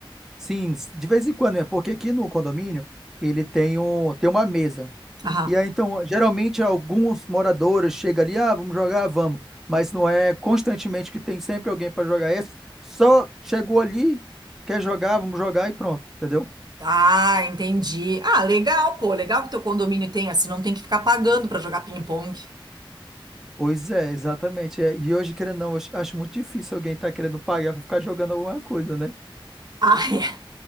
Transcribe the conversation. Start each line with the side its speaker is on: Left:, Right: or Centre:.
Centre: Sim, s- de vez em quando, é porque aqui no condomínio ele tem, um, tem uma mesa.
Right: Aham.
Centre: E aí, então, geralmente alguns moradores chegam ali, ah, vamos jogar, vamos. Mas não é constantemente que tem sempre alguém para jogar isso. Só chegou ali, quer jogar, vamos jogar e pronto, entendeu?
Right: Ah, entendi. Ah, legal, pô. Legal que teu condomínio tem, assim, não tem que ficar pagando pra jogar ping-pong. <laughs>
Centre: Pois é, exatamente. é. E hoje, querendo ou não, eu acho muito difícil alguém estar querendo pagar para ficar jogando alguma coisa, né?
Right: Ah, é.